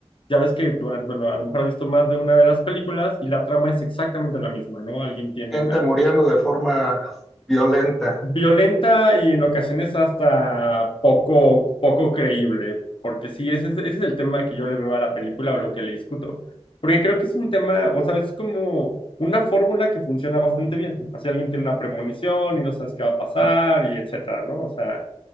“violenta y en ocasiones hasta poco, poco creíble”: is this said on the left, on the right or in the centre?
Left